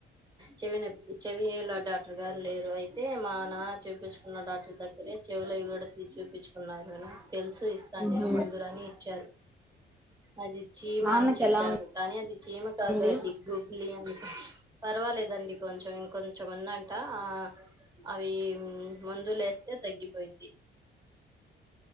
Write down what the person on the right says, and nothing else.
చెవి చెవిలు డాక్టర్ గారు లేరు అయితే మా నాన్న చూపించుకున్న డాక్టర్ దగ్గరే చెవులవి కూడా చూపించుకున్నారు తెలుసు ఇస్తాను
నేను మందులని ఇచ్చారు అది చీమ
అని చెప్పారు
కానీ అది చీమ కాదు
అది గుబిలి పర్వాలేదండి కొంచెం ఇంకొంచెం ఉందంట ఆ అవి మందు లేస్తే తగ్గిపోయిద్ది